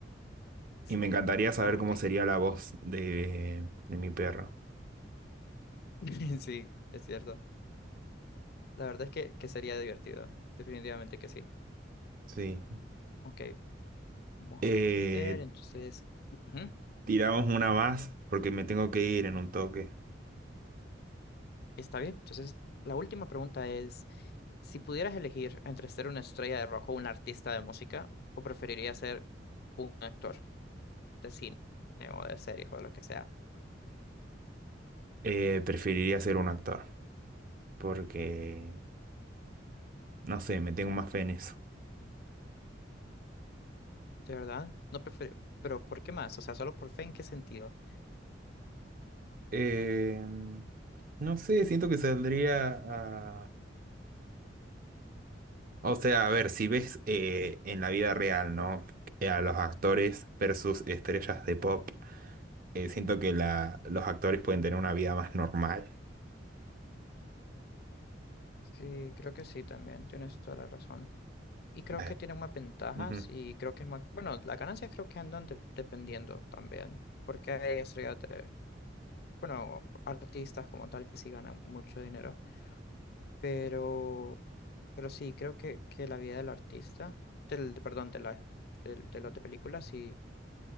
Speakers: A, on the left; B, on the right.
A: Sí,
B: Y me encantaría saber
A: Ah,
B: cómo
A: ok.
B: sería la voz de, de mi perro.
A: <laughs> Sí, es cierto. La verdad es que, que sería divertido. Definitivamente que sí.
B: Sí.
A: Ok, vamos
B: Eh,
A: a ver, entonces. ujú.
B: tiramos una más porque me tengo que ir en un toque.
A: Está bien. Entonces, la última pregunta es, si pudieras elegir entre ser una estrella de rock o un artista de música, ¿o preferirías ser un actor de cine o de series o de lo que sea?
B: Eh, preferiría ser un actor porque, no sé, me tengo más fe en eso.
A: ¿De verdad? No prefiero... Pero ¿por qué más? O sea, solo por fe, ¿en qué sentido?
B: Eh, no sé, siento que saldría a... O sea, a ver, si ves eh, en la vida real, ¿no? Eh, A los actores versus estrellas de pop, eh, siento que la, los actores pueden tener una vida más normal.
A: Sí, creo que sí también, tienes toda la razón. Y creo
B: Eh,
A: que tiene más ventajas
B: ujú,
A: y creo que es más... Bueno, las ganancias creo que andan de- dependiendo también, porque hay estrellas de... Bueno, artistas como tal que sí ganan mucho dinero pero, pero sí, creo que, que la vida del artista, del, de- perdón, de la, del- de, los de películas, sí,